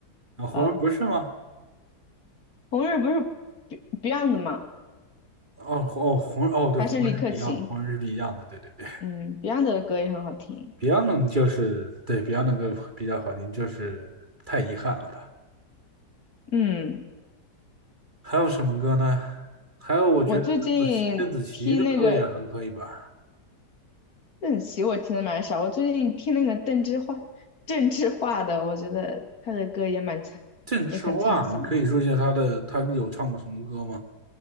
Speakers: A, on the right (about 30°); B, on the left (about 60°).
A: 啊，《红日》不是吗？
B: 啊。红日不是 Be- Beyond 吗？
A: 哦红哦，《红》日》哦，对，
B: 还是李克勤？
A: 《红日》是不一样的，《红日》是不一样的，对对对。
B: 嗯，Beyond 的歌也很好听。
A: Beyond 就是对 Beyond 的歌比较好听，就是太遗憾了吧。
B: 嗯，
A: 还有什么歌呢？还有，我觉得邓紫棋邓紫棋的歌也很可以吧。
B: 我最近听那个邓紫棋，我听的蛮少。我最近听那个邓智化，郑智化的，我觉得他的歌也蛮沧，
A: 郑智化，
B: 也很沧桑。
A: 你可以说一下她的，她有唱过什么歌吗？